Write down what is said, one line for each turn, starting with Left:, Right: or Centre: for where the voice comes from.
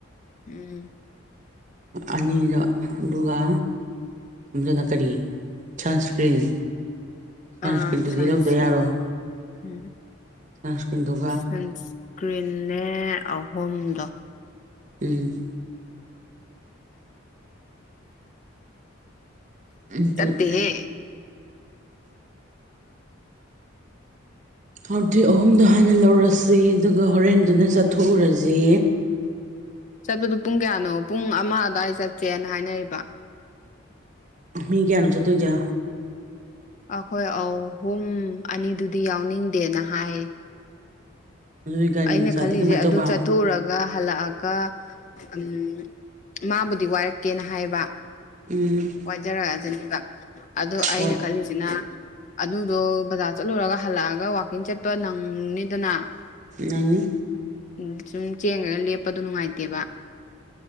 Left: ꯎꯝ
Right: ꯑꯅꯤꯗꯣ ꯑꯗꯨꯒ ꯑꯗꯨꯅ ꯀꯔꯤ ꯁꯟꯁꯀ꯭ꯔꯤꯟ ꯁꯟꯁꯀ꯭ꯔꯤꯟꯗꯨꯗꯤ
Left: ꯑꯥ ꯁꯟꯁꯀ꯭ꯔꯤꯟ
Right: ꯂꯧꯗ ꯌꯥꯔꯣꯢ
Left: ꯎꯝ
Right: ꯁꯟꯁꯀ꯭ꯔꯤꯟꯗꯨ
Left: ꯁꯟꯁꯀ꯭ꯔꯤꯟꯅꯦ ꯑꯍꯨꯝꯗꯣ
Right: ꯎꯝ ꯑꯗꯨ
Left: ꯆꯠꯇꯦꯍꯦ
Right: ꯍꯥꯎꯗꯤꯤ ꯑꯍꯨꯝꯗꯣ ꯍꯥꯟꯅ ꯂꯧꯔꯁꯤ ꯑꯗꯨꯒ ꯍꯣꯔꯦꯟꯗꯨꯅ ꯆꯥꯊꯣꯛꯎꯔꯁꯤ
Left: ꯆꯠꯄꯗꯨꯣ ꯄꯨꯡ ꯀꯌꯥꯅꯣ ꯄꯨꯡ ꯑꯃ ꯑꯗꯨꯗꯥꯋꯥꯏ ꯆꯠꯁꯦꯅ ꯍꯥꯏꯅꯔꯤꯕ
Right: ꯃꯤ ꯀꯌꯥꯅ ꯆ ꯇꯨꯖ
Left: ꯑꯩꯈꯣꯏ ꯑꯧꯍꯨꯝ ꯑꯅꯤꯗꯨꯗꯤ ꯌꯥꯎꯅꯤꯡꯗꯦꯅ ꯍꯥꯏ
Right: ꯑꯗꯨꯒꯤ ꯒꯥꯔꯤ
Left: ꯑꯩꯅ
Right: ꯃꯆꯥꯗꯤ
Left: ꯈꯜꯂꯤꯖꯦ
Right: ꯀꯃꯥꯏꯅ
Left: ꯑꯗꯨ
Right: ꯇꯧꯕ
Left: ꯆꯠꯊꯣꯛꯎꯔ ꯒ ꯍꯜꯂꯛꯑꯒ ꯎꯝ ꯃꯥꯕꯨꯗꯤ ꯋꯥꯏꯔꯛꯀꯦꯅ ꯍꯥꯏꯌꯦꯕ
Right: ꯎꯝ-
Left: ꯋꯥꯏꯖꯔꯛꯑꯖꯅꯤꯕ ꯑꯗꯣ ꯑꯩꯅ
Right: ꯍꯣꯏ
Left: ꯈꯜꯂꯤꯁꯤꯅꯥ ꯑꯗꯨꯗꯣ ꯕꯖꯥꯔ ꯆꯠꯂꯨꯔꯒ ꯍꯜꯂꯛꯑꯒ ꯋꯥꯋꯥꯛꯀꯤꯡ ꯆꯠꯄ ꯅꯪꯅꯤꯗꯅ
Right: ꯑꯅꯤ
Left: ꯎ ꯁꯨꯝ ꯆꯦꯡꯉꯒ ꯂꯦꯞꯄꯗꯣ ꯅꯨꯡꯉꯥꯏꯇꯦꯕ